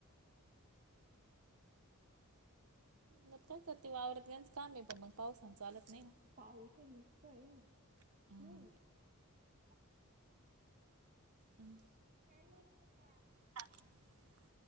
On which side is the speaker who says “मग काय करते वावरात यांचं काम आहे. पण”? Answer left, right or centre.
Right